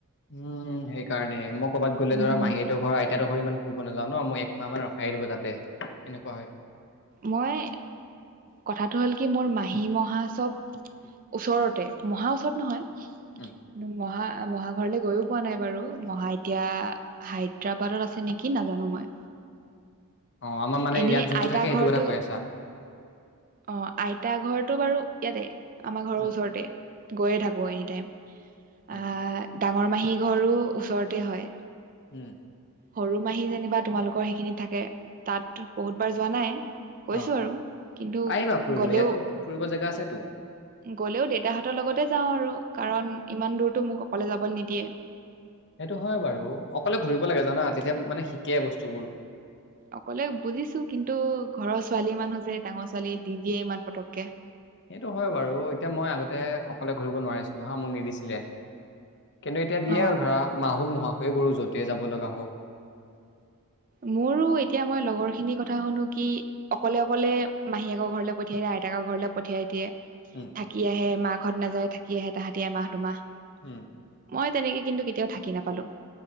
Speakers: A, on the left (about 50°); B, on the right (about 40°).
A: উম সেইকাৰণে মই কৰ'বাত
B: নহয়
A: গ'লে ধৰা মাহীহতৰ ঘৰত তেহতৰ ঘৰত ইমান ফুৰিব নাযাওঁ ন মোক একমাহ মান ৰখাই দিব তাতে এনেকুৱা হয়।
B: মই কথাটো হ'ল কি মোৰ মাহী মহা চব। ওচৰতে মহা ওচৰত নহয়
A: উম,
B: কিন্তু মহা মহা ঘৰলে গৈও পোৱা নাই বাৰু মহা এতিয়া, হায়দৰাবাদত আছে নেকি নাজানো, মই
A: অ আমাৰ মানে
B: এনেই
A: ইয়াত যোনটো
B: আইতা
A: থাকে সেইটো
B: ঘৰটো
A: কথা কৈ আছা।
B: অ আইতা ঘৰটো বাৰু ইয়াতে আমাৰ ঘৰৰ
A: উম,
B: ওচৰতে গৈয়ে থাকো এনি টাইম।
A: উম,
B: আহ ডাঙৰ মাহী ঘৰো ওচৰতে হয়।
A: উম।
B: সৰু মাহী যেনিবা তোমালোকৰ সেইখিনিত থাকে তাত বহুতবাৰ যোৱা নাই। গৈছো
A: অ',
B: আৰু কিন্তু
A: আহিবা ফুৰিবলৈ,
B: গলেও
A: ইয়াতো ফুৰিব জেগা আছেতো।
B: গ'লেও দেউতাহঁতৰ লগতে যাওঁ আৰু কাৰণ ইমান দূৰটো মোক অকলে যাবলৈ নিদিয়ে।
A: সেইটো হয় বাৰু অকলে ঘূৰিব লাগে জানা তেতিয়া মানে শিকে বস্তুবোৰ
B: অকলে বুজিছো কিন্তু ঘৰৰ ছোৱালী মানুহ যে ডাঙৰ ছোৱালী নিদিয়ে ইমান পতককে
A: সেইটো হয় বাৰু এতিয়া মই আগতে অকলে ঘূৰিব নোৱাৰিছিলো হা মোক নিদিছিলে। কিন্তু এতিয়া দিয়ে
B: অ'
A: আৰু ধৰা মা হত নোহোৱাকৈয়ে ঘুৰু যতে যাব লগা হওক।
B: মোৰো এতিয়া মই লগৰ খিনিৰ কথা শুনো কি অকলে অকলে মাহীয়েকৰ ঘৰলে পঠিয়াই দিয়ে আইতাকৰ ঘৰলে পঠিয়াই দিয়ে।
A: উম'
B: থাকি আহে মাক ঘৰত নাযায় থাকি আহে তাহাঁতি এমাহ দুমাহ।
A: উম'
B: মই তেনেকে কিন্তু কেতিয়াও থাকি নাপালোঁ।